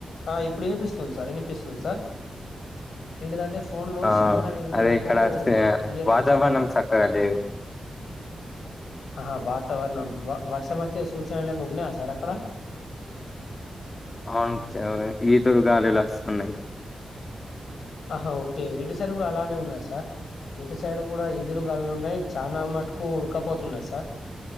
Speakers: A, on the left; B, on the left.
A: ఇప్పుడు వినిపిస్తుంది. సార్ వినిపిస్తుంది. సార్ ఏంటదంటే ఫోన్ లో
B: ఆ
A: సిగ్నల్ అనేది
B: అదే
A: మనకు
B: ఇక్కడ సే
A: క్లియర్గా
B: వాతావరణం చక్కగా లేదు
A: ఆహా వాతావరణం వర్షం వచ్చే సూచనలు ఏమో ఉన్నాయా సార్ అక్కడ
B: అవును ఈదురు గాలులు వస్తున్నాయి
A: ఆహా ఓకే ఇటు సైడ్ కూడా అలానే ఉన్నాయి. సార్ ఇటు సైడ్ కూడా ఇదురు గాలులు ఉన్నాయి. చాలా మట్ ఉడకపోతున్నాది సార్